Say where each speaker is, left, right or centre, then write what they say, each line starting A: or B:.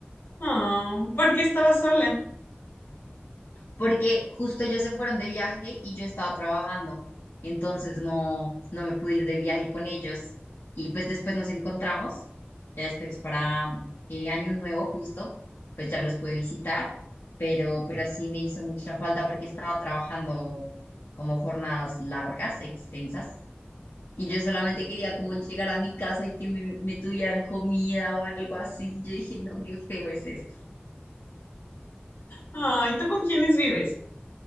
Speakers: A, on the left (about 60°); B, on the left (about 75°).
A: Oh, ¿por qué estabas sola?
B: porque justo ellos se fueron de viaje y yo estaba trabajando, entonces no, no me pude ir de viaje con ellos y pues después nos encontramos, ya después para eh, Año Nuevo justo, pues ya los pude visitar, pero, pero sí me hizo mucha falta porque estaba trabajando como jornadas largas, extensas, y yo solamente quería como llegar a mi casa y que me, me tuvieran comida o algo así, yo dije, no, qué feo es esto.
A: Ay, ¿tú con quiénes vives?